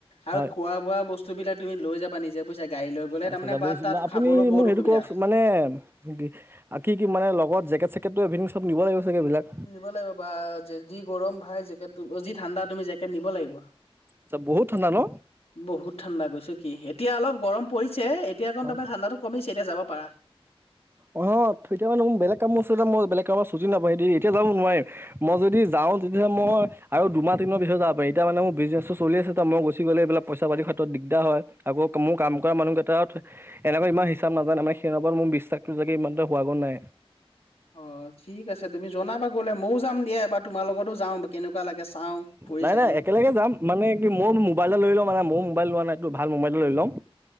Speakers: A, on the left; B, on the right.
A: আৰু
B: হয়
A: খোৱা-বোৱা বস্তু বিলাক তুমি লৈ যাবা, নিজে বুজিছা গাডী লৈ গ'লে
B: আচ্ছা
A: তাৰমানে
B: যাবই
A: বা
B: চোন
A: তাত
B: আপুনি
A: খাবলৈ বহুত
B: মোক সেইটো
A: অসুবিধা
B: কৰকচোন মানে কি কি কি মানে লগত, জেকেট-চেকেটটো এভিনিং চব নিব লাগিব চাগে এইবিলাক?
A: নিব লাগিব বা যি গৰম ভাই জেকট, যি ঠাণ্ডা তুমি জেকেট নিব লাগিব।
B: আচ্ছা বহুত ঠাণ্ডা ন'।
A: বহুত ঠাণ্ডা কৈছো কি এতিয়া অলপ গৰম পৰিছে, এতিয়া অকন
B: হয়
A: মানে ঠাণ্ডাতো কমিছে এতিয়া যাব পাৰা।
B: অ', এতিয়া মানে মোৰ বেলেগ কামো আছে যে, মই বেলেগ কামত ছুটি নাপাওঁ দি এতিয়া যাব নোৱাৰে মই যদি যাওঁ তেতিয়া হ'লে মই, আৰু দুমাহ তিনিমাহ পিছত যাব পাৰি। এতিয়া মানে মোৰ বিজনেছ চলি আছে ত' মই গুচি গ'লে এইবিলাক পইচা পাতি ক্ষেত্ৰত দিগদাৰ হয়, আকৌ মোৰ কাম কৰা মানুহ কেইটাত এনেকুৱা ইমান হিচাপ নাজানে মানে, সেই ওপৰত মোৰ বিশ্বাসটো চাগে ইমান হোৱা গৈ নাই।
A: অ', ঠিক আছে তুমি জনাবা গ'লে, ময়ো যাম দিয়া এবাৰ তোমাৰ লগতো যাওঁ। কেনেকুৱা লাগে চাওঁ ফুৰি
B: নাই
A: চাকি
B: নাই একেলগে যাম। মানে কি মোৰ মোবাইল এটা লৈ লওঁ মানে, মোৰ মোবাইল লোৱা নাইটো ভাল মোবাইল এটা লৈ লম।